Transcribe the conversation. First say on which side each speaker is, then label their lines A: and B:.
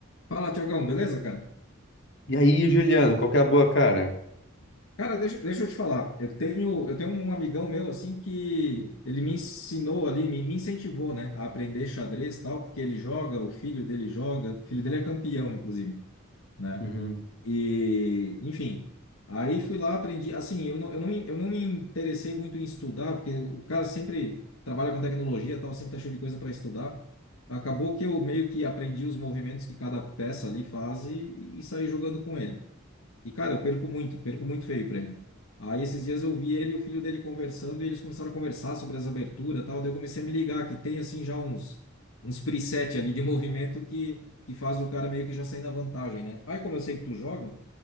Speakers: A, on the left; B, on the left.
A: Fala, Tiagão, beleza, cara?
B: E aí, Juliano, qual que é a boa, cara?
A: Cara, deixa, deixa eu te falar. Eu tenho, eu tenho um amigão meu, assim, que ele me ensinou ali, me, me incentivou, né, a aprender xadrez e tal, porque ele joga, o filho dele joga, o filho dele é campeão, inclusive, né?
B: Uhum.
A: E, enfim, aí fui lá, aprendi. Assim, eu não, eu não, eu não me interessei muito em estudar, porque o cara sempre trabalha com tecnologia e tal, sempre tá cheio de coisa para estudar. Acabou que eu meio que aprendi os movimentos que cada peça ali faz e, e saí jogando com ele. E, cara, eu perco muito, perco muito feio pra ele. Aí esses dias eu vi ele e o filho dele conversando e eles começaram a conversar sobre as aberturas e tal. Daí eu comecei a me ligar que tem assim já uns, uns preset ali de <laughs> movimento que, que faz o cara meio que já sair na vantagem, né? Aí como eu sei que tu joga,